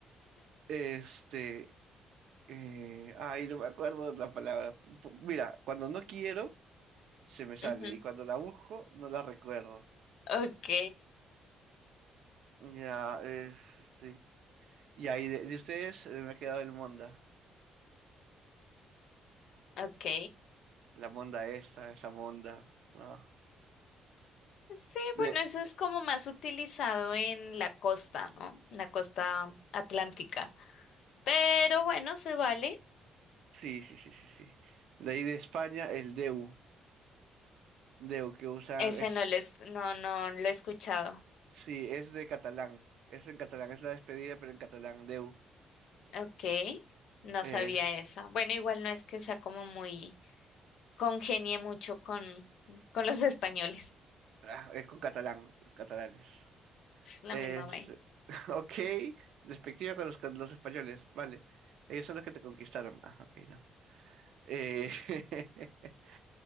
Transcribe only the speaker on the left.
Ujú.
Ok,
ok.
Sí,
bueno, eso es como más utilizado en la costa, ¿no? En la costa atlántica. Pero bueno, se vale.
Ese
no lo es, no, no lo he escuchado.
Ok, no
sabía esa. Bueno, igual no es que sea como muy congenie mucho con, con los españoles.
<laughs> La
misma vaina.